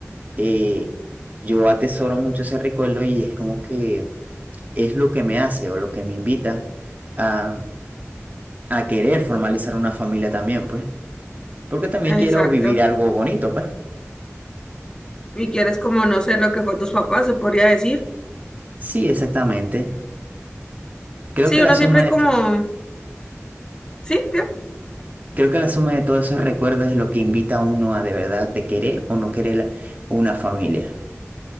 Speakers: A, on the right; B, on the left.
A: eh, yo atesoro mucho ese recuerdo y es como que es lo que me hace o lo que me invita a a querer formalizar una familia también, pues. Porque también
B: Exacto.
A: quiero vivir algo bonito, pues.
B: Y quieres como no ser lo que fue tus papás, se podría decir.
A: Sí, exactamente. Creo
B: Sí,
A: que la
B: uno
A: suma
B: siempre
A: de
B: como
A: to-
B: Sí, ¿qué?
A: creo que la suma de todos esos recuerdos es lo que invita a uno a de verdad de querer o no querer la- una familia.